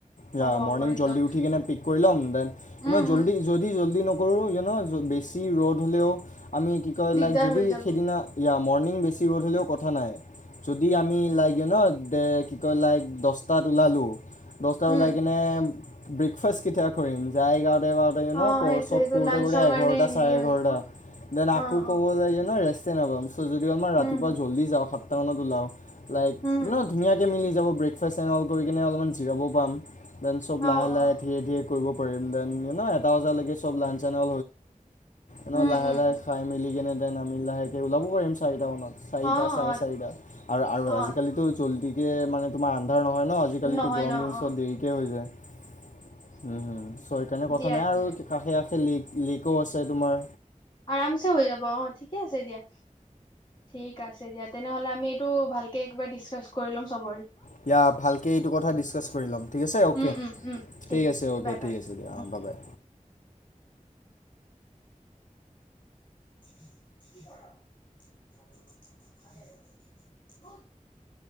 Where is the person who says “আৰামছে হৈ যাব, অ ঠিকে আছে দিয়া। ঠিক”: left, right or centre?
Left